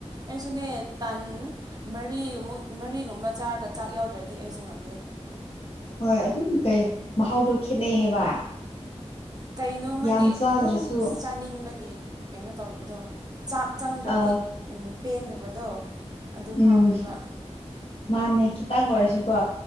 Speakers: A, on the right; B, on the left.
A: ꯑꯩꯁꯨꯅꯦ ꯇꯟ ꯃꯔꯤꯃꯨꯛ ꯃꯔꯤꯒꯨꯝꯕ ꯆꯥꯔꯒ ꯆꯥꯛ ꯌꯥꯎꯗ꯭ꯔꯗꯤ ꯑꯩꯁꯨ ꯉꯝꯗꯦ
B: ꯍꯣꯏ ꯑꯗꯨꯝ ꯀꯩ ꯃꯍꯥꯎꯗꯣ ꯈꯦꯠꯅꯩ ꯍꯥꯏꯕ
A: ꯀꯩꯅꯣꯃꯗꯤ
B: ꯌꯥꯝ ꯆꯥꯗ꯭ꯔꯁꯨ
A: ꯑꯗꯨꯝ ꯆꯥꯅꯤꯡꯕꯒꯤ ꯀꯩꯅꯣ ꯇꯧꯕꯗꯣ ꯆꯥꯛ ꯆꯪꯗ꯭ꯔꯗꯤ
B: ꯑ
A: ꯎ ꯄꯦꯟꯗꯕꯗꯣ ꯑꯗꯨ ꯐꯥꯎꯋꯦꯕ
B: ꯎꯝ ꯃꯥꯅꯦ ꯈꯤꯇꯪ ꯑꯣꯏꯔꯁꯨꯀꯣ